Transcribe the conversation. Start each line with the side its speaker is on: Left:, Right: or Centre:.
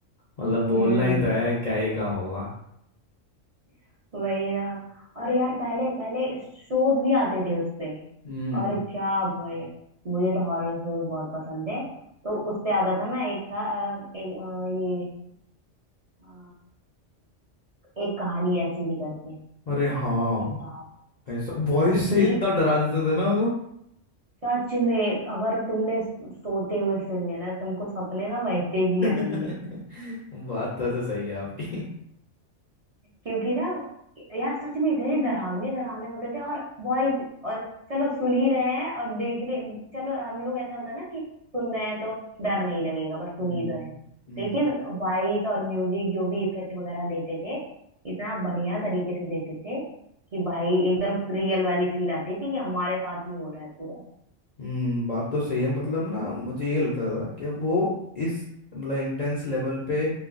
Left: मतलब बोलना
Right: हम्म
Left: ही तो है क्या ही काम होगा
Right: <laughs> वही ना और यार पहले पहले शोज भी आते थे उसपे
Left: हम्म
Right: और क्या बढ़िया मुझे तो हॉरर शोज बहुत पसंद थे तो उसपे आता था ना एक था अ, एक अ, ये एक कहानी ऐसी भी करके
Left: अरे हाँ
Right: भाई साहब
Left: ऐसा वॉइस
Right: वो इतनी
Left: से इतना डरा देते थे ना वो तो
Right: सच में अगर तुमने सोते हुए सुन लिया ना तुमको सपने ना वैसे ही
Left: <laughs>
Right: आएंगे
Left: बात तो ऐसे सही है आपकी
Right: क्योंकि ना यार सच में इतने डरावने डरावने होते थे और वॉइस और चलो सुन ही रहे हैं और देखने चलो हम लोग ऐसा होता है ना कि सुन रहे हैं तो डर नहीं लगेगा बस सुन
Left: हम्म
Right: ही तो रहे हैं
Left: हम्म
Right: लेकिन वॉइस और म्यूजिक जो भी इफेक्ट वगैरह देते थे इतना बढ़िया तरीके से देते थे कि भाई एकदम रियल वाली फील आती थी कि हमारे साथ ही हो रहा है पूरा
Left: हम्म, बात तो सही है मतलब ना मुझे ये लगता था कि वो इस मतलब इंटेंस लेवल पे